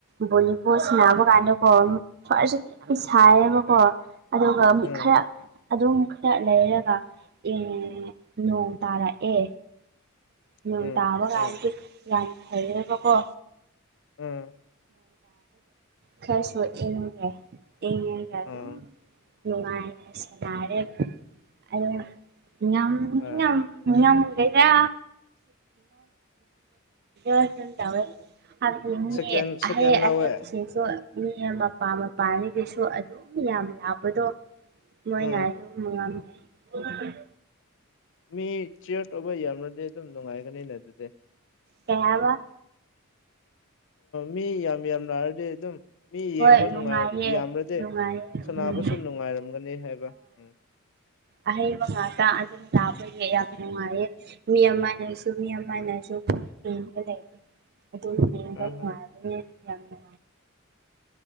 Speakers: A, on the right; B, on the left.
A: ꯕꯣꯂꯤꯕꯣꯠ ꯁꯅꯕ ꯀꯥꯟꯗꯀꯣ ꯈꯔꯁꯨ ꯌꯥꯝ ꯁꯥꯏꯌꯦꯕꯀꯣ ꯑꯗꯨꯒ ꯃꯤ
B: ꯎꯝ
A: ꯈꯔ ꯑꯗꯨꯝ ꯈꯔ ꯂꯩꯔꯒ ꯏꯪ ꯅꯣꯡ ꯇꯥꯔꯛꯑꯦ ꯄꯦꯡ
B: ꯎꯝ
A: ꯇꯥꯕ
B: ꯍꯣꯏ
A: ꯀꯗꯤ ꯌꯥꯃ ꯐꯩꯌꯦꯕꯀꯣ
B: ꯎꯝ
A: ꯈꯔꯁꯨ ꯏꯡꯉꯒꯦ ꯏꯡꯉꯒ
B: ꯎꯝ
A: ꯑꯗꯨꯝ ꯅꯨꯡꯉꯥꯏꯅ ꯁꯥꯟꯅꯔꯦ ꯑꯗꯨꯒ ꯉꯝꯗꯤ
B: ꯍꯣꯏ
A: ꯉꯝ ꯉꯜꯒꯦꯔ <unintelligible> ꯇꯧꯋꯦ ꯍꯥꯟꯅ ꯌꯦꯡꯉꯨꯅꯦ
B: ꯁꯦꯀꯦꯟ ꯁꯦꯀꯦꯟ
A: ꯑꯍꯩ
B: ꯂꯧꯋꯦ
A: ꯑꯍꯩꯕꯁꯤꯡꯁꯨ ꯃꯤ ꯃꯄꯥ ꯃꯄꯥꯟꯒꯤꯁꯨ ꯑꯗꯨꯝ ꯌꯥꯝ ꯂꯥꯛꯄꯗꯣ ꯃꯣꯏꯅ
B: ꯎꯝ
A: ꯑꯗꯨꯝ <unintelligible>
B: ꯃꯤ ꯆꯤꯌꯔ ꯇꯧꯕ ꯌꯥꯝꯔꯗꯤ ꯑꯗꯨꯝ ꯅꯨꯡꯉꯥꯏꯒꯅꯤꯅꯦ ꯑꯗꯨꯗꯤ
A: ꯀꯩꯍꯥꯏꯕ
B: ꯃꯤ ꯌꯥꯝ ꯌꯥꯝ ꯂꯥꯛꯔꯗꯤ ꯑꯗꯨꯝ ꯃꯤ
A: ꯍꯣꯏ
B: ꯌꯦꯡꯕ
A: ꯅꯨꯡꯉꯥꯏꯌꯦ
B: ꯅꯨꯡꯉꯥꯏ ꯌꯥꯝꯔꯗꯤ
A: ꯅꯨꯡꯉꯥꯏꯌꯦ
B: ꯁꯥꯟꯅꯕꯁꯨ
A: ꯎꯝ
B: ꯅꯨꯡꯉꯥꯏꯔꯝꯒꯅꯤ ꯍꯥꯏꯕ ꯎꯝ <inaudible>
A: ꯑꯍꯩ ꯉꯥꯇ ꯑꯗꯨꯝ ꯂꯥꯛꯄꯒꯤ ꯌꯥꯝ ꯅꯨꯡꯉꯥꯏꯌꯦ ꯃꯤ ꯑꯃꯥꯟꯅꯁꯨ ꯃꯤ ꯑꯃꯥꯟꯅꯁꯨ ꯑꯗꯨꯝ ꯍꯦꯟꯕ ꯂꯩ ꯑꯗꯨꯅ ꯌꯦꯡꯕ
B: ꯍꯣꯏ
A: ꯅꯨꯡꯉꯥꯏꯕꯅꯦ
B: ꯍꯣꯏ
A: ꯌꯥꯝꯅ